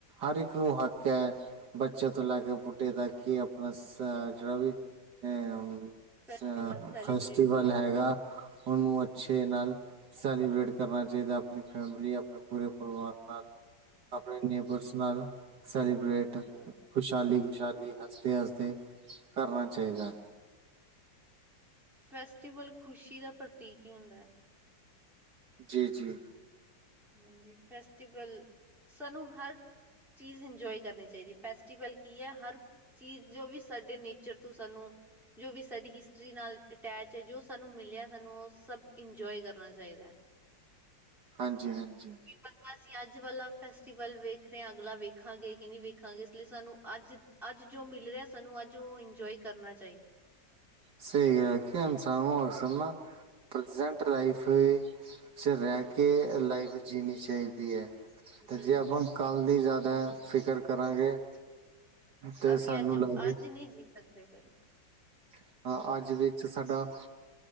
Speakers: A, on the right; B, in the centre.
A: ਹਰ ਇੱਕ ਨੂੰ ਹੱਕ ਹੈ। ਬੱਚਿਆਂ ਤੋਂ ਲੈ ਕੇ, ਬੁੱਢੇ ਦਾ ਕਿ, ਆਪਣਾ ਅ ਜਿਹੜਾ ਵੀ, ਅਹ ਅਛਾ,
B: ਫੈਸਟੀਵਲ ਸੈਲੀਬ੍ਰੇਟ
A: ਫੈਸਟੀਵਲ
B: ਕਰੇ
A: ਹੈਗਾ। ਉਹਨੂੰ ਅੱਛੇ ਨਾਲ ਸੈਲੀਬ੍ਰੇਟ ਕਰਨਾ ਚਾਹੀਦਾ। ਆਪਣੀ ਫੈਮਲੀ, ਆਪਣੇ ਪੂਰੇ ਪਰਿਵਾਰ ਨਾਲ। ਆਪਣੇ ਨੇਬਰਸ ਨਾਲ ਸੈਲੀ ਬਰੇਟ,
B: ਬਿਲਕੁਲ
A: ਖੁਸ਼ਹਾਲੀ- ਖੁਸ਼ਹਾਲੀ, ਹਸਦੇ- ਹਸਦੇ, ਕਰਨਾ ਚਾਹੀਦਾ ਹੈ।
B: ਫੈਸਟੀਵਲ ਖ਼ੁਸ਼ੀ, ਦਾ ਪ੍ਰਤੀਕ ਹੀ ਹੁੰਦਾ ਹੈ।
A: ਜੀ- ਜੀ।
B: ਹਾਂਜੀ। ਫੈਸਟੀਵਲ ਸਾਨੂੰ, ਹਰ ਚੀਜ਼ ਇੰਜੋਏ, ਕਰਨੀ ਚਾਹੀਦੀ ਹੈ। ਫੈਸਟੀਵਲ ਕੀ ਹੈ, ਹਰ ਚੀਜ਼, ਜੋ ਵੀ ਸਾਡੇ ਨੇਚਰ ਤੋਂ। ਸਾਨੂੰ ਜੋ ਵੀ, ਸਾਡੀ ਹਿਸਟਰੀ ਨਾਲ ਅਟੈਚ ਹੈ। ਜੋ ਸਾਨੂੰ ਮਿਲਿਆ, ਸਾਨੂੰ ਉਹ ਸਭ, ਇੰਜੋਏ ਕਰਨਾ ਚਾਹੀਦਾ।
A: ਹਾਂਜੀ-ਹਾਂਜੀ।
B: ਕੀ ਪਤਾ, ਅਸੀਂ ਅੱਜ ਵਾਲਾ ਫੈਸਟੀਵਲ, ਵੇਖ ਰਹੇ ਹਾਂ। ਅਗਲਾ ਵੇਖਾਂਗੇ ਕਿ, ਨਹੀਂ ਵੇਖਾਂਗੇ, ਇਸ ਲਈ ਸਾਨੂੰ, ਅੱਜ ਅੱਜ ਜੋ ਮਿਲ ਰਿਹਾ। ਸਾਨੂੰ ਅੱਜ ਉਹ, ਇੰਜੋਏ ਕਰਨਾ ਚਾਹੀਦਾ।
A: ਸਹੀ ਗਲ ਆ। ਇਨਸਾਨ ਨੂੰ, ਅਕਸਰ ਨਾ ਪ੍ਰਜੈਂਟ ਲਾਈਫ ਵੀਚ ਰਹਿ ਕੇ, ਲਾਈਵ ਜੀਣੀ ਚਾਹੀਦੀ ਹੈ। ਤੇ
B: ਬਿਲਕੁਲ
A: ਜੇ ਆਪਾਂ, ਕੱਲ ਦੀ ਜ਼ਿਆਦਾ ਫਿਕਰ ਕਰਾਂਗੇ। ਤੇ
B: ਅਸੀਂ
A: ਸਾਨੂੰ
B: ਅੱਜ
A: ਲੱਗ
B: ਅੱਜ ਨਹੀਂ ਜੀ ਸਕਦੇ ਫ
A: ਹਮ। <inaudible> ਹਾ, ਅੱਜ ਵਿੱਚ ਸਾਡਾ